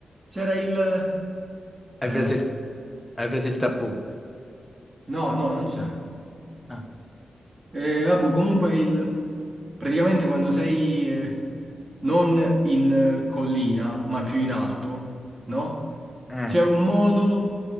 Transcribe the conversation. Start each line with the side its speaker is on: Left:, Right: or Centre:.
Right: C'era il...
Centre: Hai
Right: Eh,
Centre: preso il, hai preso il tabù?
Right: no, no, non c'è.
Centre: Ah.
Right: Eh, vabbè, comunque il... Praticamente quando sei eh, non in eh, collina, ma più in alto, no?
Centre: Eh.
Right: C'è un modo